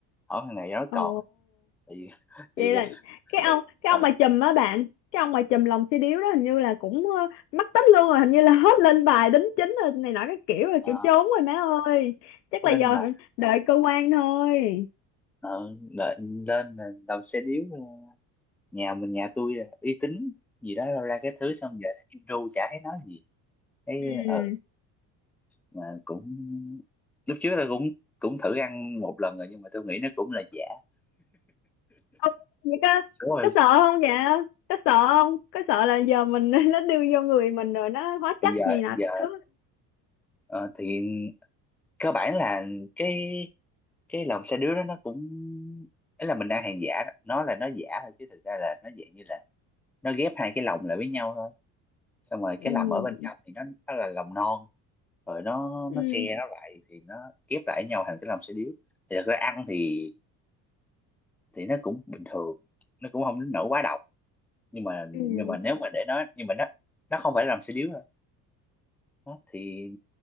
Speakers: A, in the centre; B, on the left.
A: hỏi thằng này nói
B: ồ
A: còn tại vì <laughs> tại
B: vậy
A: vì
B: là cái
A: ừ,
B: ông cái
A: ờ,
B: ông mà chùm á bạn cái ông mà chùm lòng xe điếu đó hình như là cũng ờ, mắc tích luôn rồi hình như là hết lên bài đính chính rồi này nọ cái kiểu là
A: ờ,
B: kiểu trốn rồi má ơi chắc
A: lên
B: là giờ
A: mà
B: phải đợi cơ quan thôi
A: ờ, lên lên là làm xe điếu nhà mình nhà tôi là uy tín gì đó ra ra cái thứ xong giờ thấy kim ru chả thấy nói gì cái
B: ừ
A: ờ mà cũng lúc trước là cũng cũng thử ăn một lần rồi nhưng mà tôi nghĩ nó cũng là giả
B: Ông vậy có
A: Đúng rồi
B: có sợ không vậy có sợ không có sợ là giờ mình <laughs> nó đưa vô người mình rồi nó hóa
A: bây
B: chất
A: giờ
B: này nọ
A: giờ
B: thứ
A: ờ, thì cơ bản là cái cái lòng xe đứa đó nó cũng ấy là mình đang hàng giả đó. nó là nó giả thôi chứ thực ra là nó dạng như là nó ghép hai cái lòng lại với nhau thôi xong rồi
B: ừ
A: cái lòng ở bên trong thì nó nó là lòng non rồi nó
B: ừ
A: nó xe nó lại thì nó ghép lại với nhau thành cái lòng xe điếu thì thật ra ăn thì thì nó cũng bình thường nó cũng không đến nỗi quá độc nhưng mà nhưng
B: ừ
A: mà nếu mà để nó nhưng mà nó nó không phải là lòng xe điếu thôi đó, thì